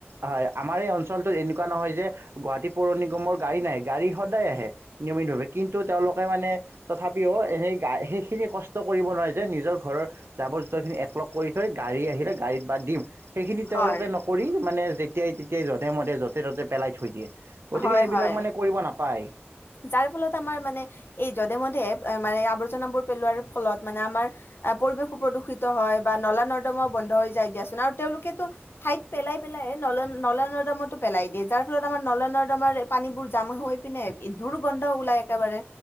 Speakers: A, on the right; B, on the left.
A: হয়, আমাৰ এই অঞ্চলটোত এনেকুৱা নহয় যে গুৱাহাটী পৌৰ নিগমৰ গাড়ী নাহে গাড়ী সদায় আহে। নিয়মিতভাৱে কিন্তু তেওঁলোকে মানে তথাপিও সেই সেইখিনি কষ্ট কৰিব নোৱাৰে যে নিজৰ ঘৰৰ জাবৰ জোথৰ খিনি একলগ কৰি থৈ গাড়ী আহিলে গাড়ীত বাদ দিম। সেইখিনি
B: হয়
A: তেওঁলোকে নকৰি মানে যেতিয়াই তেতিয়াই যধে মধে য'তে ত'তে পেলাই থৈ দিয়ে। গতিকে
B: হয়
A: সেইবিলাক
B: হয়
A: মানে কৰিব নাপায়।
B: যাৰ ফলত আমাৰ মানে এই যধে মধে মানে আৱৰ্জনাবোৰ পেলোৱাৰ ফলত মানে আমাৰ এ পৰিবেশো প্ৰদূষিত হয় বা নলা নৰ্দমাও বন্ধ হৈ যায় দিয়াচোন আৰু তেওঁলোকেতো ঠাইত পেলাই পেলাই নলন নলা নৰ্দমাতো পেলাই দিয়ে যাৰ ফলত আমাৰ নলা নৰ্দমাৰ পানীবোৰ জাম হৈ পিনে দুৰ্গন্ধ ওলাই একেবাৰে